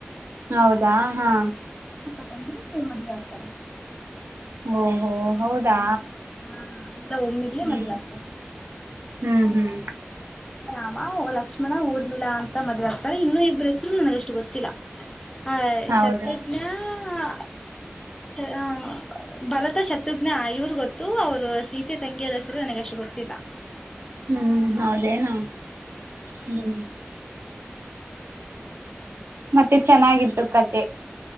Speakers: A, on the right; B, on the left.
A: ಹೌದಾ ಹಾ
B: <unintelligible> ಮದುವೆ ಆಗ್ತಾರ
A: ಓಹೋ ಹೌದಾ
B: ಹಾ ಎಲ್ಲ ಒಮ್ಮಿಗ್ಲೆ
A: ಹ್ಮ್
B: ಮದ್ವೆ ಆಗ್ತಾರ
A: ಹ್ಮ್ ಹ್ಮ್
B: ರಾಮ ಓ ಲಕ್ಷ್ಮಣ ಊರ್ಮಿಳಾ ಅಂತ ಮದ್ವೇಯಾಗ್ತಾರೆ ಇನ್ನುೂ ಇಬ್ರ್ ಹೆಸರು ನನ್ಗಷ್ಟು ಗೊತ್ತಿಲ್ಲ. ಹಾ
A: ಹೌದಾ
B: ಶತೃಜ್ಞ ಆ ಹ ಭರತ ಶತ್ರು ನ ಇವರು ಗೊತ್ತು ಅವ್ರು ಸೀತೆ ತಂಗಿಯರ್ ಹೆಸ್ರು ನನಗಷ್ಟು ಗೊತ್ತಿಲ್ಲ.
A: ಹ್ಮ್ ಹೌದೇನು ಹ್ಮ್ ಮತ್ತೆ ಚೆನ್ನಾಗಿತ್ತು ಕತೆ